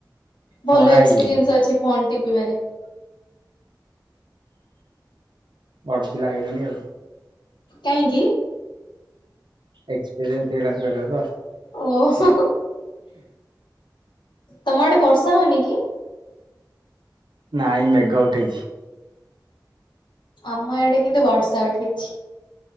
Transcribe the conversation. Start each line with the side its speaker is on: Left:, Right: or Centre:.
Right: କଣା
Left: ଭଲ
Right: ହେଇଯିବ।
Left: ଏକ୍ସପିରିଏନ୍ସ ଅଛି ଫୋନ ଟିପିବାରେ।
Right: ବଡ ପିଲା ହେଇ ଗଲଣି ଆଉ।
Left: କାଇଁକି।
Right: ଏକ୍ସପିରିିଏନ୍ସ କହିଲ‌ତ।
Left: ଓହୋ ହୋ ତମ ଆଡେ ବର୍ଷା ହଉନି କି।
Right: ନାଇଁ ମେଘ ଉଠେଇଛି।
Left: ଆମ ଆଡେ କିନ୍ତୁ ବର୍ଷା ଉଠେଇଛି।